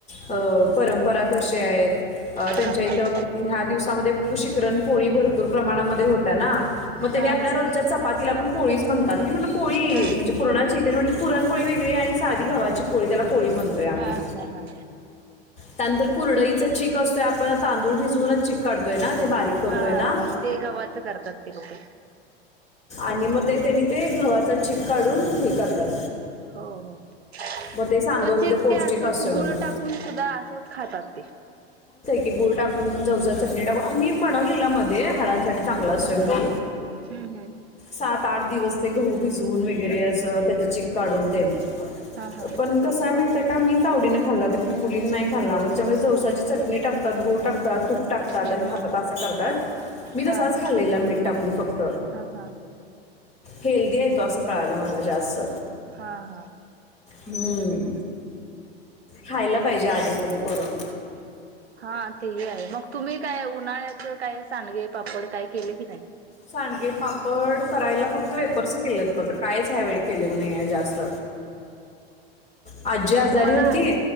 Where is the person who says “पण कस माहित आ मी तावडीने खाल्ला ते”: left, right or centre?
Left